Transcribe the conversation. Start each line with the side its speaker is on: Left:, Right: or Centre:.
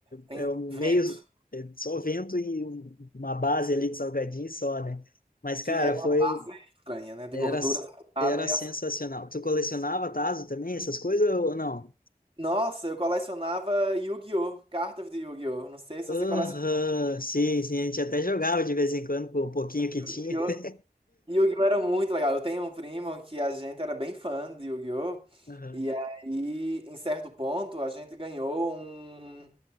Right: Tem
Left: É um
Right: vento,
Left: meio, é só vento e um- uma base ali de salgadinho só, né? Mas,
Right: que
Left: cara,
Right: é uma
Left: foi
Right: barra estranha, né? De
Left: Era,
Right: gordura saturada
Left: era
Right: e
Left: sensacional.
Right: açúcar.
Left: Tu colecionava Tazo também, essas coisas ou não?
Right: Nossa, eu colecionava Yu-Gi-Oh! Cartas de Yu-Gi-Oh! Não sei se
Left: Aham,
Right: você colecionava
Left: Sim, sim, a gente até jogava de vez em quando com o pouquinho que
Right: Yu-Gi-Oh!
Left: tinha. <laughs>
Right: Yu-Gi-Oh! era muito legal. Eu tenho um primo que a gente era bem fã de Yu-Gi-Oh!
Left: Aham,
Right: E aí, em certo ponto, a gente ganhou um.